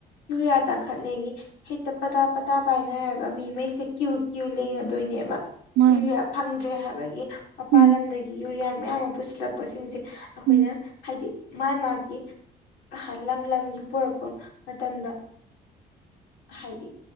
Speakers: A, on the left; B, on the right.
A: ꯌꯨꯔꯤꯌꯥ ꯇꯥꯡꯈꯠꯂꯦꯒꯤ ꯍꯦꯛꯇ ꯄꯇꯥ ꯄꯇꯥ ꯄꯥꯏꯅꯔꯒ ꯃꯤꯉꯩꯁꯤꯦ ꯀ꯭ꯌꯨ ꯀ꯭ꯌꯨ ꯂꯦꯡꯅꯗꯣꯏꯅꯦꯕ
B: ꯃꯥꯅꯦ
A: ꯌꯨꯔꯤꯌꯥ ꯐꯪꯗ꯭ꯔꯦ ꯍꯥꯏꯕꯒꯤ ꯃꯄꯜ
B: ꯎꯝ
A: ꯂꯝꯗꯒꯤ ꯌꯨꯔꯤꯌꯥ ꯃꯌꯥꯝ ꯑꯃ ꯄꯨꯁꯤꯜꯂꯛꯄꯁꯤꯡꯁꯦ ꯑꯩꯈꯣꯏꯅ
B: ꯎꯝ
A: ꯍꯥꯏꯗꯤ ꯃꯥ ꯃꯥꯒꯤ ꯂꯝ ꯂꯝꯒꯤ ꯄꯣꯔꯛꯄ ꯃꯇꯝꯗ ꯍꯥꯏꯗꯤ